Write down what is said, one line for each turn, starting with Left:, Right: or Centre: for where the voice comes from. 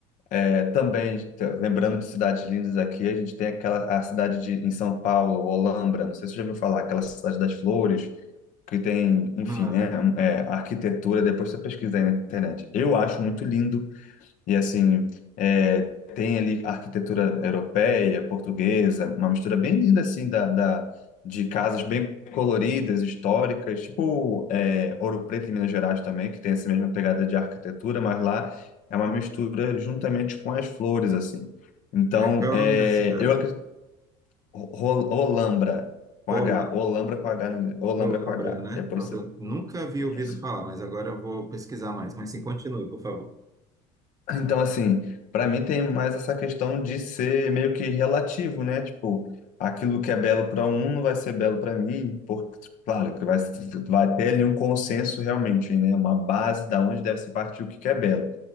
Left: É, também, t- lembrando de cidades lindas aqui, a gente tem aquela a cidade de, em São Paulo, Olambra, não sei se você já ouviu falar, aquela cidade das flores, que tem, enfim,
Right: Não.
Left: né, é, arquitetura, depois você pesquisa aí na internet. Eu acho muito lindo e assim, é, tem ali arquitetura europeia, portuguesa, uma mistura bem linda assim da, da- de casas bem coloridas, históricas, tipo é, Ouro Preto em Minas Gerais também, que tem essa mesma pegada de arquitetura, mas lá é uma mistura juntamente com as flores assim. Então,
Right: É, qual é
Left: é,
Right: o nome da cidade?
Left: eu acredito Ro- Ro- Olambra com
Right: Olam-
Left: H, Olambra com H, no- Olambra
Right: Olambra,
Left: com H.
Right: né?
Left: Depois
Right: Pronto,
Left: você-
Right: eu nunca havia ouvido
Left: isso.
Right: falar, mas agora eu vou pesquisar mais. Mas sim, continue, por favor.
Left: Então, assim, para mim tem mais essa questão de ser meio que relativo, né? Tipo, aquilo que é belo para um não vai ser belo para mim, porque, claro, que vai, vai ter ali um consenso realmente, né? Uma base da onde deve se partir o que que é belo.